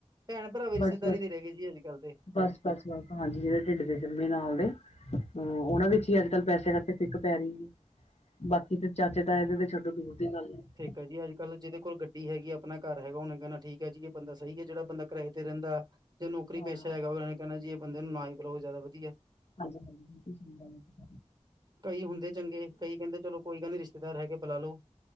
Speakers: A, on the right; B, on the left.
A: ਭੈਣ ਭਰਾ ਵੀ ਰਿਸ਼ਤੇਦਾਰੀ
B: ਬਸ ਬਸ
A: ਨੀ ਰੈਅ ਗਈ ਅੱਜ ਕੱਲ ਤੇ।
B: ਬਸ ਬਸ ਬਸ ਹਾਂਜੀ ਜਿਹੜੇ ਢਿੱਡ ਦੇ ਜੰਮੇ ਨਾਲ ਦੇ ਨਾਲ ਦੇ ਉਹਨਾਂ ਵਿੱਚ ਹੀ ਅੱਜ ਕੱਲ ਪੈਸੇ ਦਾ ਤੇ ਸਿੱਖ ਪੈ ਰਹੀ ਹੈ ਬਾਕੀ ਤੇ ਚਾਚੇ ਤਾਏ ਇਹਦੇ ਤੇ ਛੱਡੋ ਦੂਰ ਦੀ ਗੱਲ ਹੈ।
A: ਭੈਂਜੀ ਅੱਜ ਕੱਲ੍ਹ ਜਿਹਦੇ ਕੋਲ ਗੱਡੀ ਹੈਗੀ ਆਪਣਾ ਘਰ ਹੈਗਾ ਉਨੇ ਨਾ ਠੀਕ ਹੈ ਜੀ ਏ ਬਦਾ ਸਹੀ ਹੈ ਜਿਹੜਾ ਬੰਦਾ ਕਿਰਾਏ ਤੇ ਰਹਿੰਦਾ ਜੇ ਨੌਕਰੀ
B: ਹਾਂ
A: ਪੇਸ਼ਾ ਹੈਗਾ ਉਹਨਾਂ ਨੇ ਕਹਣਾ ਜ ਇਹ ਬੰਦੇ ਨੂੰ ਨਾ ਹੀ ਬੁਲਾਓ ਜ਼ਿਆਦਾ ਵਧੀਆ।
B: ਹਾਂਜੀ ਹਾਂਜੀਿਲ <unintelligible>
A: ਕਈ ਹੁੰਦੇ ਚੰਗੇ ਕਈ ਕਹਿੰਦੇ ਚਲੋ ਕੋਈ ਗੱਲ ਨੀ ਰਿਸ਼ਤੇਦਾਰ ਹੈਗੇ ਬੁਲਾ ਲੋ।